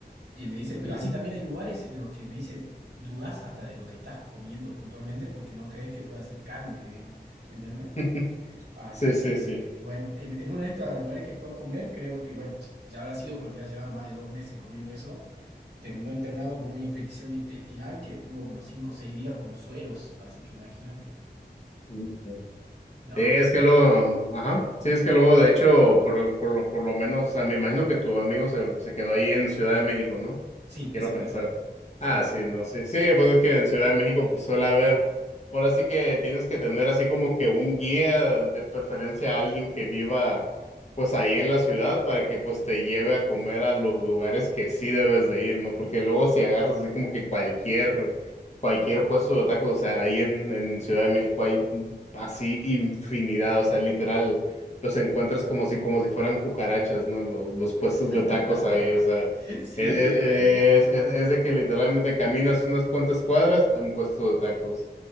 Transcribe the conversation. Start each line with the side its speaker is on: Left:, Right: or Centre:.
Right: y me dice, pero
Left: ujú.
Right: así también hay lugares en los que me dice, dudás hasta de lo que estás comiendo puntualmente porque no crees que pueda ser carne, digamos, ¿entendés?
Left: <laughs>
Right: Así
Left: Sí, sí,
Right: que,
Left: sí.
Right: bueno, en, en uno de estos lugares que fue a comer, creo que, bueno, ya habrá sido porque ya llevaba más de dos meses comiendo eso. Terminó internado con una infección intestinal que tuvo como cinco o seis días con sueros, así que imagínate.
Left: Ujú.
Right: No,
Left: Sí, es
Right: eh,
Left: que luego, mm, ajá, sí, es que luego, de hecho, por, lo- por lo, por lo menos, o sea, me imagino que tu amigo se, se quedó ahí en Ciudad de México, ¿no?
Right: sí,
Left: Quiero
Right: exactamente.
Left: pensar.
Right: Sí,
Left: Ah,
Right: sí,
Left: sí,
Right: sí.
Left: no, sí, sí, pues es que en Ciudad de México, pues suele haber, ahora sí que tienes que tener así como que un guía, de preferencia a alguien que viva, pues ahí en la ciudad, para que pues te lleve a comer a los lugares que sí debes de ir, ¿no? Porque luego si agarras así como que cualquier, cualquier puesto de tacos, o sea, ahí en, en Ciudad de México hay así infinidad, o sea, literal, los encuentras
Right: Sí,
Left: como si, como si fueran cucarachas, ¿no? Los, los puestos
Right: <laughs>
Left: de tacos ahí, o sea,
Right: sí,
Left: es, es,
Right: es
Left: es-
Right: verdad.
Left: es- es de que literalmente caminas unas cuantas cuadras a un puesto de tacos.